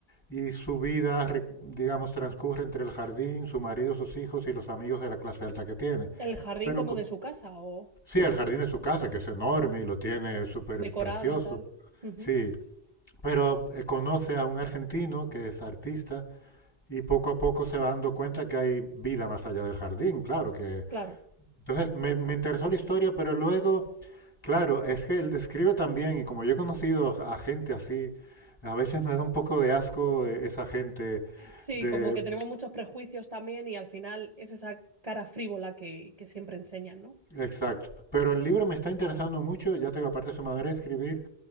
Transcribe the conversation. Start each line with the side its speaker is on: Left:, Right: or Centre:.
Left: y su vida, re- digamos, transcurre entre el jardín, su marido, sus hijos y los amigos de la clase alta que tiene.
Right: El jardín
Left: Pero
Right: como
Left: co-
Right: de su casa o
Left: sí, el jardín de su casa, que es enorme y lo tiene súper
Right: decorado,
Left: precioso,
Right: tal. Ujú.
Left: sí, pero eh, conoce a un argentino que es artista y poco a poco se va dando cuenta que hay vida más allá del jardín, claro, que
Right: Claro.
Left: entonces me, me interesó la historia, pero luego, claro, es que él describe también, y como yo he conocido a gente así, a veces me da un poco de asco eh, esa gente
Right: Sí,
Left: de...
Right: como que tenemos muchos prejuicios también y al final es esa cara frívola que, que siempre enseñan, ¿no?
Left: Exacto. Pero el libro me está interesando mucho, ya te digo, aparte de su manera de escribir,